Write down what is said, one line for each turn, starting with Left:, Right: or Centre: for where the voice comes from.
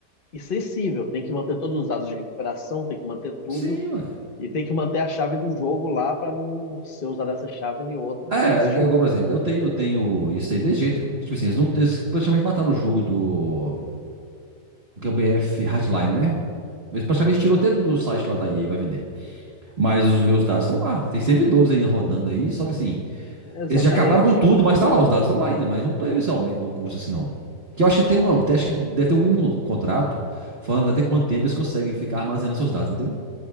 Left: e sensível. Tem que manter todos os dados de recuperação, tem que manter tudo.
Right: Sim, ué.
Left: E tem que manter a chave do jogo lá para não ser usada essa chave em outro dispositivo.
Right: É, é igual, por exemplo, eu tenho, tenho isso aí de jeito. Tipo assim, eles, não, eles praticamente mataram o jogo do. O Que é o BF Hardline, né? Mas praticamente tirou até do do site lá da EA pra vender. Mas os meus dados estão lá. Tem servidores ainda rodando aí. Só que assim,
Left: Exatamente.
Right: eles já acabaram com tudo, mas tá lá, os dados estão lá ainda. Mas não teve esse aumento no curso assim, não. Que eu acho que tem uma, acho que deve ter um contrato falando até quanto tempo eles conseguem ficar armazenando seus dados, entendeu?